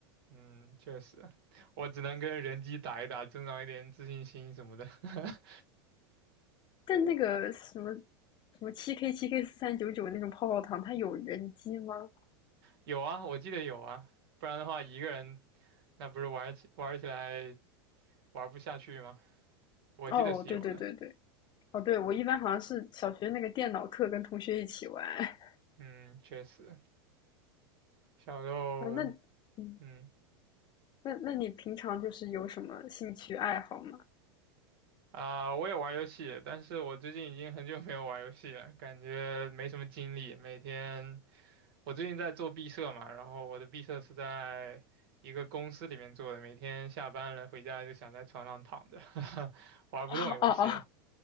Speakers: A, on the right (about 70°); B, on the left (about 35°).
A: 嗯，确实，我只能跟人机打一打，增长一点自信心什么的。<laughs>
B: <laughs> 但那个什么什么七 K 七 K 四三九九那种泡泡糖，它有人机吗？
A: 有啊，我记得有啊，不然的话一个人那不是玩起玩起来玩不下去吗？我记得是有的。
B: 哦，对对对对，哦，对，我一般好像是小学那个电脑课跟同学一起玩。<laughs>
A: 嗯，确实，小时候，
B: 呃那，嗯，
A: 嗯
B: 那那你平常就是有什么兴趣爱好吗？
A: 啊、我也玩游戏，但是我最近已经很久没有玩游戏了，感觉没什么精力。每天我最近在做毕设嘛，然后我的毕设是在一个公司里面做的，每天下班了回家就想在床上躺着，<laughs>
B: <laughs>
A: 玩不动游戏。
B: 哦哦哦，